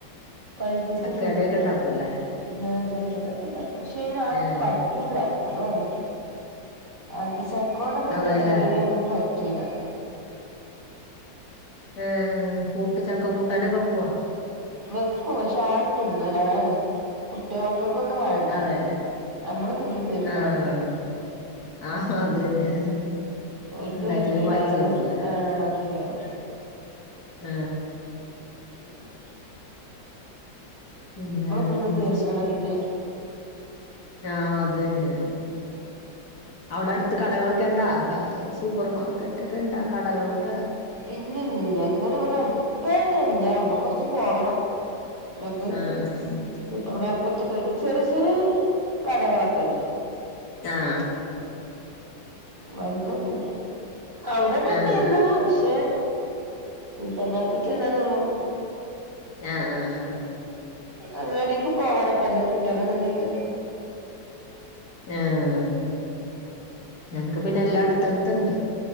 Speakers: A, on the right (about 25°); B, on the left (about 55°).
A: പഴപ്പിച്ചു
B: ചക്കടയൊക്കെ
A: തിന്നു
B: ഉണ്ടാക്കുവല്ലേ
A: എന്ന ചക്കയടൊക്കെ ഉണ്ടാക്കും പക്ഷെ ആർക്ക്
B: ആഹ്
A: പറ്റൂല അതാണ് അ ചെക്കോണ്ടൊക്കെ എന്താ
B: അതേല്ലേ
A: ഇണ്ടാക്കിയാലന്ന് പറ്റൂല
B: ആ കൂട്ട് ചക്ക കൂട്ടാനെ കെക്കവാ
A: വെക്കും പക്ഷെ ആറിട്ടന്നല്ല അതാണ് കുട്ടികൾ ഒക്കെ അവർക്കൊന്നും വേണ്ട
B: അതെല്ലേ
A: നമ്മള് തിന്ന തീർക്കണൊക്കെ
B: ആഹ് ആഹ് അതന്നെ
A: ഒരിക്ക
B: ഇണ്ടാക്കിയാല്
A: പറ്റൂല
B: ബാക്കിയാവൂല്ലേ
A: അവല് ആ ക <unintelligible>
B: ആ
A: ഉ
B: പിന്നെ വേറെന്തൊക്കെ
A: തിന്ന് തീർക്കണം
B: വിശേ
A: പിന്നെ
B: ആ അത് തന്നെ അവിടെ അടുത്ത് കടകളൊക്കെ ഉണ്ടാ സൂപ്പർ മാർക്കറ്റ് ഒക്കെ ഇണ്ടാ കടകളൊക്കെ
A: ഇല്ല ഇല്ലല്ല വേറെ ഇവിടെ അടുത്ത് ഇല്ല കൊറച്ച് പോവണം ഇത്
B: ആഹ് ആഹ്
A: സൂപ്പർമാർക്കറ്റ് ഒക്കെ വേണ്ടി ചെറിയ ചെറിയ കടകളൊക്കെ ഉണ്ട്
B: ആഹ്
A: വലുതന്നില്ല അവിടന
B: ആഹ്
A: ഉണ്ടല്ലോ
B: ആഹ്
A: പക്ഷെ സൂപ്പർമാർക്കറ്റ് ഇല്ലാന്നള്ളു
B: ആഹ ആഹ
A: അങ്ങാടിക്ക് പോവണം വല്ലതും കിട്ടണ ന്നുണ്ടെങ്കിൽ
B: ആഹ ഞങ്ങക്ക് പിന്നെ എല്ലാ അടുത്തടുത്തണ്ട്